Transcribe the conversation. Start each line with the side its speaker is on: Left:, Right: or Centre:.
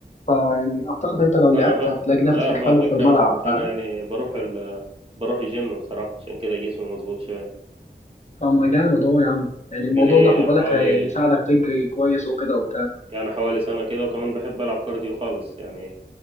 Left: فيعني اعتقد انت لو لعبت
Right: انا ب...
Left: هتلاقي نفسك
Right: لا ما
Left: حلو
Right: الفكرة
Left: في الملعب فاهم
Right: انا يعني بروح ال... بروح الجيم بصراحة عشان كده جسمي مظبوط شوية
Left: فما جامد اهو يا عم يعني
Right: بقالي
Left: الموضوع ده خد بالك
Right: حوالي
Left: هيساعدك تجري كويس وكده وبتاع
Right: يعني حوالي سنة كده وكمان بحب ألعب كارديو خالص يعني